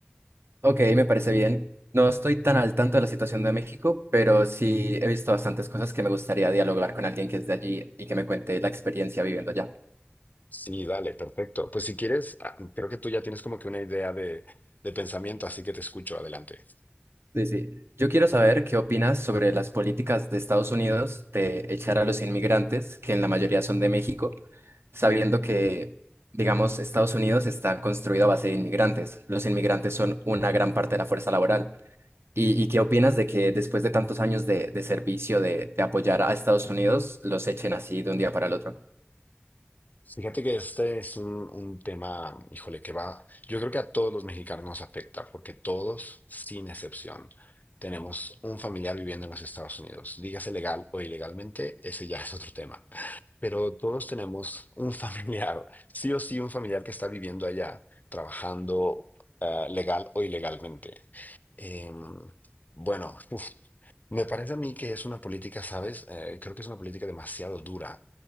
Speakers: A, on the right (about 75°); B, on the left (about 40°).
A: Ok, me parece bien. No estoy tan al tanto de la situación de México, pero sí he visto bastantes cosas que me gustaría dialogar con alguien que es de allí y que me cuente la experiencia viviendo allá.
B: Sí, dale, perfecto. Pues si quieres, ah, creo que tú ya tienes como que una idea de, de pensamiento, así que te escucho, adelante.
A: Sí, sí. Yo quiero saber qué opinas sobre las políticas de Estados Unidos de echar a los inmigrantes, que en la mayoría son de México, sabiendo que, digamos, Estados Unidos está construido a base de inmigrantes. Los inmigrantes son una gran parte de la fuerza laboral. ¿Y, y qué opinas de que después de tantos años de, de servicio, de, de apoyar a Estados Unidos, los echen así de un día para el otro?
B: Fíjate que este es un, un tema, híjole, que va, yo creo que a todos los mexicanos nos afecta, porque todos, sin excepción, tenemos un familiar viviendo en los Estados Unidos, dígase legal o ilegalmente, ese ya es otro tema, pero todos tenemos un <laughs> familiar, sí o sí, un familiar que está viviendo allá, trabajando, ah, legal o ilegalmente. Em, bueno, <laughs> Me parece a mí que es una política, ¿sabes? Eh, creo que es una política demasiado dura